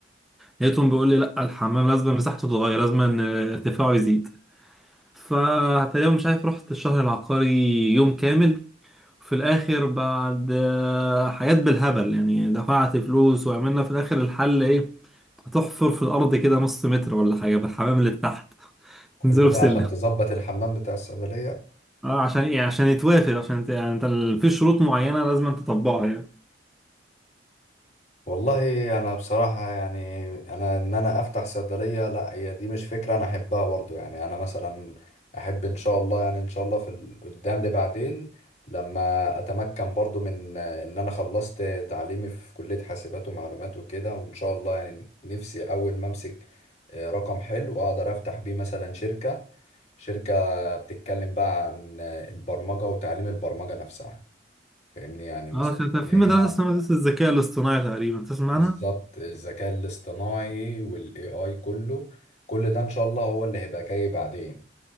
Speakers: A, in the centre; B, on the left.
A: لقيتهم بيقول لي لأ الحمام لازم مساحته تتغير لازم إن ارتفاعه يزيد فتقريبا مش عارف رحت الشهر العقاري يوم كامل في الاخر بعد آه، حاجات بالهبل يعني دفعت فلوس وعملنا في الاخر الحل ايه هتحفر في الارض كده نص متر ولا حاجه بالحمام اللي تحت <laughs>
B: كل
A: نزله في
B: ده
A: سلم
B: عشان تظبط الحمام بتاع الصيدليه
A: اه عشان ايه عشان يتوافق عشان انت يعني انت ال- في شروط معينه لازم انت تطبقها يعني
B: والله انا بصراحه يعني انا ان انا افتح صيدليه لا هي دي مش فكره انا احبها برضو يعني انا مثلا احب ان شاء الله يعني ان شاء الله في ال- قدام لبعدين لما اتمكن برضو من ان انا خلصت تعليمي في كليه حاسبات ومعلومات وكده وان شاء الله يعني نفسي اول ما امسك آه، رقم حلو اقدر افتح بيه مثلا شركه شركه بتتكلم بقى عن آه، البرمجه وتعليم البرمجه نفسها فاهمني يعني وسمعت
A: اه كان كان
B: ان
A: في
B: هي
A: مدرسه اسمها مدرسه الذكاء الاصطناعي تقريبا تسمع
B: بالظبط
A: عنها
B: الذكاء الاصطناعي والاي اي كله كل ده ان شاء الله هو اللي هيبقى جاي بعدين